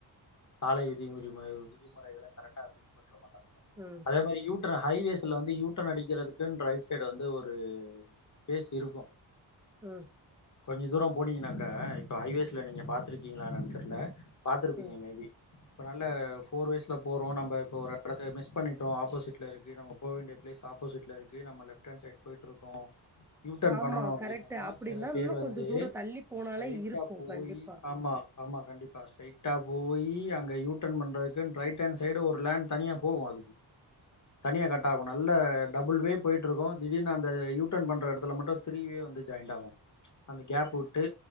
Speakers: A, on the left; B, in the centre.
A: சாலை விதி முறி ம விதிமுறைகள கரெக்டா பின்பற் ற மாட்டாங்க
B: ம்
A: அதே மாரி யூ ட்ர்னு ஹைவேஸ்ல வந்து யூ டர்னு அடிக்கிறதுக்குன் ரைட் சைடு வந்து ஒரு ஸ்பேஸ் இருக்கு
B: ம்
A: கொஞ்ச தூரோ போனீங்கன்னாக்கா இப்போ ஹைவேஸ்ல நீங்க பாத்துருக்கீங்களா என்னானு தெர்ல பாத்துருப்பீங்க
B: ம்
A: மேபி இப்ப நல்ல ஃபோர் வேஸ்ல போறோ நம்ப இப்ப ஒரு எடத்த மிஸ் பண்ணிட்டோ ஆப்போசிட்ல இருக்கு நம்ம போக வேண்டிய ஆப்போசிட்ல இருக்கு நம்ம லெஃப்ட் ஹேண்ட் சைடு போயிட்ருக்கோ யூ டர்ன்
B: ஆமா
A: பண்ணனு அப்பிடின்னா
B: கரெக்ட்டு அப்டின்னா
A: சில பேர்
B: இன்னு
A: வந்து
B: கொஞ்ச தூர தள்ளி போனாலே
A: ஸ்ட்ரைட்டா
B: இருக்கு
A: போயி
B: கண்டிப்பா
A: ஆமா ஆமா கண்டிப்பா ஸ்ட்ரெய்ட் டா போயி அங்க யூ டர்ன் பண்றதுக்குன்னு ரைட் ஹேண்ட் சைடு ஒரு லேன் தனியா போகு அதுக்கு. தனியா கட் ஆகு. நல்ல டபுள் வே போய்ட்ருக்கு திடீர்னு அந்த யூ டர்ன் பண்ற எடத்துல மட்டு த்ரீ வே வந்து ஜாய்ண்ட் ஆகு அந்த கேப்பு வி ட்டு